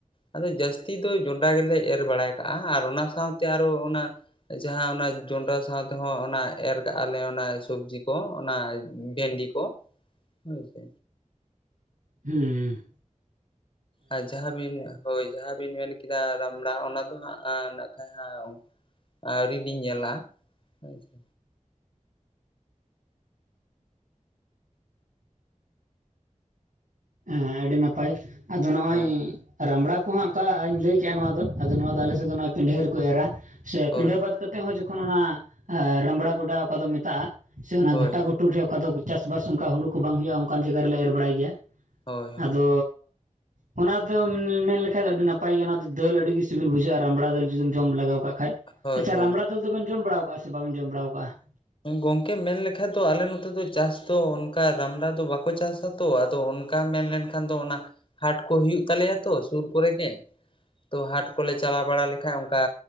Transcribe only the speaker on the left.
ᱟᱫᱚ ᱡᱟᱹᱥᱛᱤ ᱫᱚ ᱡᱚᱸᱱᱰᱨᱟ ᱜᱮᱞᱮ ᱮᱨ ᱵᱟᱲᱟᱭ ᱠᱟᱜ-ᱟ ᱾ ᱟᱨ ᱚᱱᱟ ᱥᱟᱶᱛᱮ ᱟᱨᱳ ᱚᱱᱟ ᱡᱟᱦᱟᱸ ᱚᱱᱟ ᱡᱚᱱᱰᱨᱟ ᱥᱟᱶ ᱛᱮᱦᱚᱸ ᱚᱱᱟ ᱮᱨ ᱠᱟᱜ-ᱟ ᱞᱮ ᱚᱱᱟ ᱥᱚᱵᱽᱡᱤ ᱠᱚ ᱚᱱᱟ ᱵᱷᱮᱱᱰᱤ ᱠᱚ᱾ ᱠᱚ ᱦᱳᱭ ᱥᱮ᱾
ᱟᱨ ᱡᱟᱦᱟᱸ ᱵᱤᱱ ᱦᱳᱭ ᱡᱟᱦᱟᱸ ᱵᱤᱱ ᱢᱮᱱ ᱠᱮᱫᱟ ᱨᱟᱢᱲᱟ ᱚᱱᱟ ᱫᱚ ᱦᱟᱸᱜ ᱱᱟᱜ ᱠᱷᱟᱱ ᱦᱟ ᱟᱹᱣᱨᱤ ᱞᱤᱧ ᱧᱮᱞ-ᱟ ᱦᱳᱭ ᱥᱮ᱾
ᱦᱳᱭ
ᱦᱳᱭ
ᱦᱳᱭ
ᱦᱳᱭ
ᱦᱳᱭ ᱦᱳᱭ
ᱦᱳᱭ
ᱦᱳᱭ
ᱜᱚᱝᱠᱮ ᱢᱮᱱ ᱞᱮᱠᱷᱟ ᱫᱚ ᱟᱞᱮ ᱱᱚᱛᱮ ᱫᱚ ᱪᱟᱥ ᱫᱚ ᱚᱱᱠᱟ ᱨᱟᱢᱲᱟ ᱫᱚ ᱵᱟᱠᱚ ᱪᱟᱥᱟ ᱛᱚ ᱟᱫᱚ ᱚᱱᱠᱟ ᱢᱮᱱ ᱞᱮᱱᱠᱷᱟᱱ ᱫᱚ ᱚᱱᱟ ᱦᱟᱴ ᱠᱚ ᱦᱩᱭᱩᱜ ᱛᱟᱞᱮᱭᱟ ᱛᱚ ᱥᱩᱨ ᱠᱚᱨᱮ ᱜᱮ ᱛᱚ ᱦᱟᱴ ᱠᱚᱞᱮ ᱪᱟᱞᱟᱣ ᱵᱟᱲᱟ ᱞᱮᱠᱷᱟᱡ ᱚᱱᱠᱟ